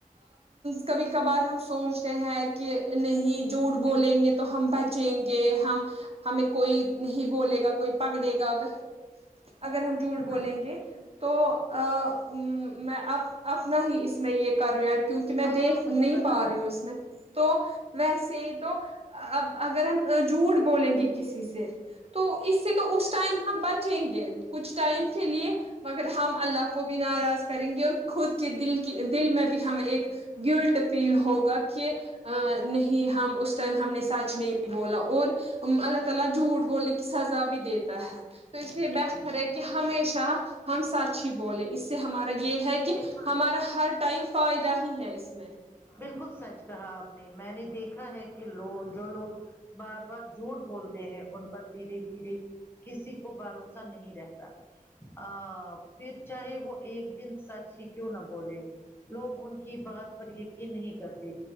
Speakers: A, on the right (about 45°); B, on the left (about 15°).
A: کبھی کبار ہم سوچتے ہیں کہ نہیں جھوٹ بولیں گے تو ہم بچ یں گے ہم ہمیں کوئی نہیں بولے گا کوئی پکڑے گا اگر اگر ہم جھوٹ بولیں
B: ہاں
A: گے تو ا مہ میں اب اپنا ہی اس میں یہ کر رہی ہیں کیونکہ میں
B: ہاں
A: دیکھ
B: ہاں مجھے
A: نہیں
B: پتا
A: پا رہی
B: ہے
A: ہوں اس میں تو ویسے ہی تو اب اگر ہم جھوٹ بولیں گے کسی سے تو اس سے تو اس ٹائم ہم بچیں گے کچھ ٹائم کے لیے مگر ہم اللہ کو بھی ناراض کریں گے اور خود کے دل کی دل میں بھی ہمیں ایک گلٹ فیل ہوگا کہ ا نہیں ہم اس ٹائم ہم نے سچ نہیں بولا اور اللہ تعالی جھوٹ بولنے کی سزا بھی دیتا ہے اس لیے بہتر ہے کہ ہمیشہ ہم سچ ہی بولیں اس سے ہمارا یہ ہے کہ
B: بالکل
A: ہمارا ہر ٹائم فائدہ ہی ہے اس میں
B: بالکل سچ کہا آپ نے میں نے دیکھا ہے کہ لوڈ جو لوگ بار بار جھوٹ بولتے ہیں ان پر دھیرے دھیرے کسی کو بھروسہ نہیں رہتا ا پھر چاہے وہ ایک دن سچ ہی کیوں نہ بولے لوگ ان کی بات پر یقین نہیں کرتی